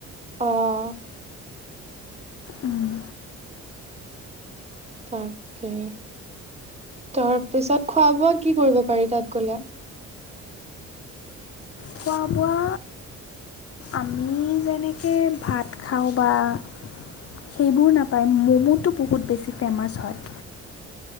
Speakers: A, on the right; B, on the left.
A: অঁ।
B: উম।
A: তাকাহে তাৰ পিছত খোৱা বোৱা কি কৰিব পাৰি তাত গ'লে?
B: খোৱা বোৱা আমি যেনেকৈ ভাত খাওঁ বা সেইবোৰ নাপায় ম'মোটো বহুত বেছি ফেমাচ হয়।